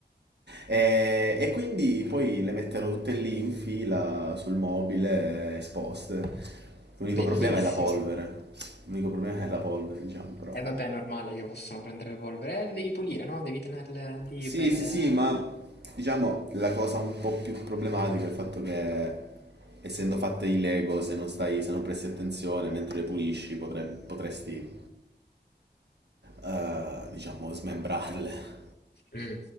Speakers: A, on the right; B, on the left.
A: E, e quindi poi le metterò tutte lì in fila sul mobile, eh, esposte. L'unico
B: Bellissimo.
A: problema è la polvere. L'unico problema è la polvere, diciamo, però.
B: E vabbè, è normale che possono prendere polvere. Eh, le devi pulire, no? Devi tenerle lì
A: Sì,
B: belle.
A: sì, sì, ma diciamo la cosa un po' più problematica è il fatto che essendo fatte di Lego, se non stai, se non presti attenzione mentre le pulisci, potre- potresti, eh, diciamo, smembrarle.
B: Mm.